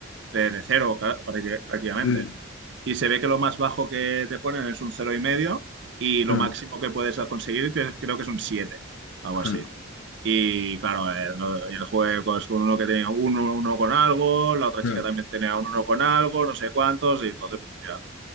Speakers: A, on the right; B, on the left.
A: de, de cero ca- prácti- prácticamente.
B: Sí.
A: Y se ve que lo más bajo que te ponen es un cero y medio y lo
B: Mm,
A: máximo que puedes conseguir que- creo que es un 7 algo así.
B: mm,
A: Y claro, el, el juego es con uno que tenía un uno con algo, la otra
B: mm.
A: chica también tenía un uno con algo, no sé cuántos, y entonces, pues mira.